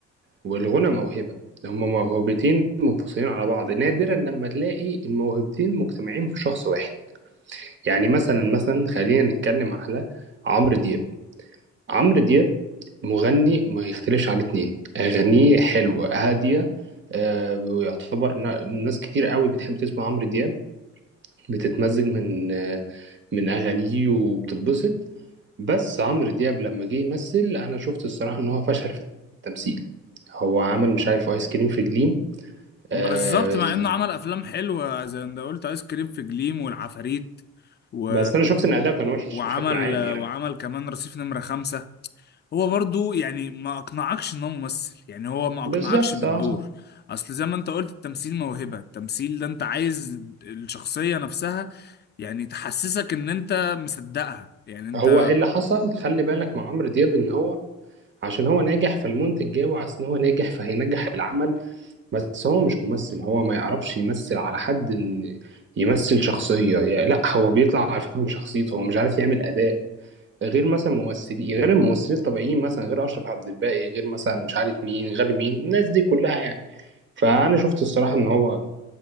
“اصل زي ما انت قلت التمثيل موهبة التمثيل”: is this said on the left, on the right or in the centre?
Left